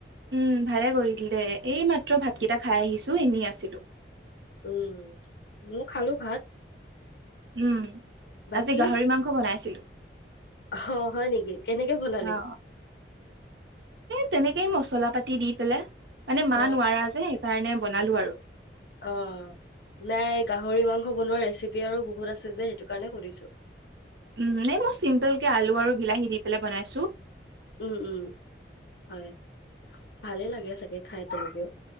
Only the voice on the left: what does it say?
উম, মই খালোঁ ভাত।
বাকী
অ', হয় নেকি, কেনেকে বনালি?
অ
অ', নাই গাহৰি মাংস বনোৱা ৰেচিপি আৰু বহুত আছে যে সেইটো কাৰণে সুধিছো।
উম উম হয় ভালে লাগে চাগে খাই তেনেকে।